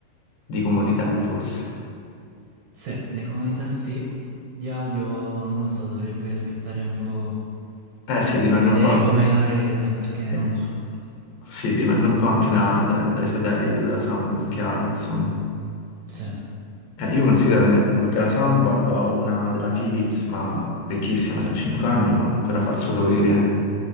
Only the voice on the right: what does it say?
Sì, le comodità sì, di audio boh, non lo so, dovrei poi aspettare un po'
e vedere
com'è la resa perché
non lo so.
Sì. Eh